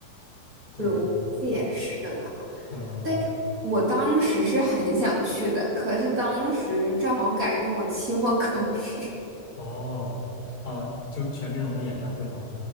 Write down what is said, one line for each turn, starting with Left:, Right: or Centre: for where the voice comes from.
Left: 就是。
Right: 对，我估计也是了。
Left: 对，嗯，
Right: 但是我当时是很想去的，可是当时正好赶上我期末考试。<laughs>
Left: 哦，哦，就是权志龙的演唱会吗？